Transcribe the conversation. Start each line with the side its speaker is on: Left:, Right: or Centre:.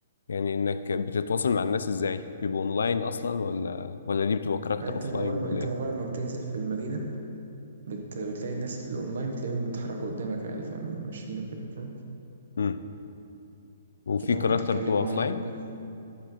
Left: يعني انك بتتواصل مع الناس ازاي بيبقى اونلاين اصلا ولا ولا دي بتبقى كاركتر
Right: يعني انت
Left: اوفلاين
Right: مجرد ما
Left: ولا
Right: انت
Left: ايه
Right: مجرد ما بتنزل في المدينة بت... بتلاقي الناس اللي اونلاين بتلاقيهم بيتحركوا قدامك عادي فاهم ماشيين وكده فاهم
Left: امم وفي
Right: فانت
Left: كاركتر
Right: ممكن تتكلم
Left: بتبقى اوفلاين
Right: معاهم ممكن